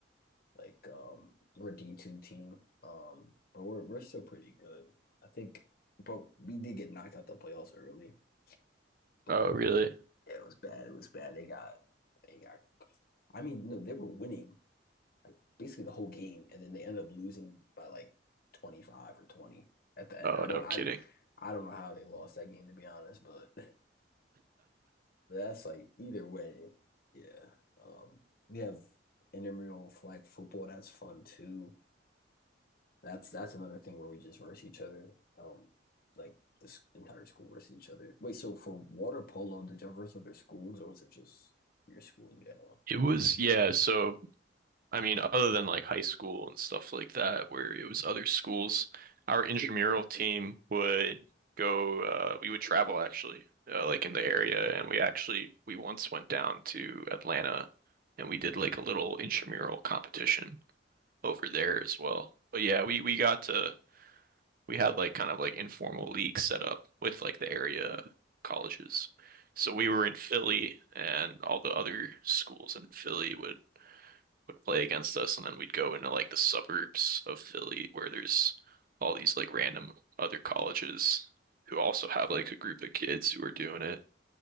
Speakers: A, on the left; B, on the right.
A: Like um we're a D2 team. Um but we're we're still pretty good. I think but we did get knocked out the playoffs early. But
B: Oh, really?
A: yeah, it was bad. It was bad. They got they got I mean, no, they were winning like basically the whole game, and then they end up losing by like 25 or 20 at the end.
B: Oh,
A: I don't
B: no
A: I
B: kidding.
A: I don't know how they lost that game to be honest, but <laughs> that's like either way, yeah. Um, we have intramural flag football. That's fun too. That's that's another thing where we just verse each other. Um, like this entire school versus each other. Wait, so for water polo, did y'all verse other schools, or was it just your school in general?
B: It was, yeah, so I mean, other than like high school and stuff like that, where it was other schools, our intramural team would go, uh, we would travel actually, uh, like in the area, and we actually, we once went down to Atlanta and we did like a little intramural competition over there as well. But yeah, we, we got to we had like kind of like informal leagues set up with like the area colleges. So we were in Philly and all the other schools in Philly would would play against us and then we'd go into like the suburbs of Philly where there's all these like random other colleges who also have like a group of kids who are doing it.